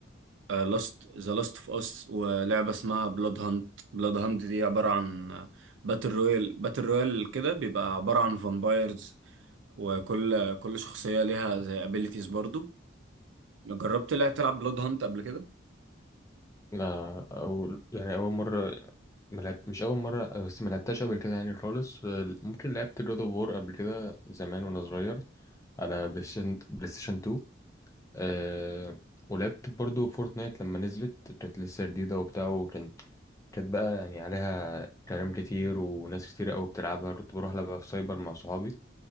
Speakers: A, on the right; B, on the left.
A: لاست ذا لاست اوف اس ولعبة اسمها بلاد هانت بلاد هانت دي عبارة عن باتل رويال باتل رويال كده بيبقى عبارة عن فامبايرز وكل كل شخصية ليها زي ابيليتيز برضو جربت لا تلعب بلاد هانت قبل كده
B: لا او يعني اول مره ملعب مش اول مره بس ما لعبتهاش قبل كده يعني خالص آه، ممكن لعبت جود اوف وور قبل كده زمان وانا صغير على بلاي ستيشن بلاي ستيشن 2 أه ولعبت برضو فورتنايت لما نزلت كانت لسه جديده وبتاع وكان كانت بقى يعني عليها كلام كتير وناس كتير قوي بتلعبها كنت بروح لعبها في سايبر مع صحابي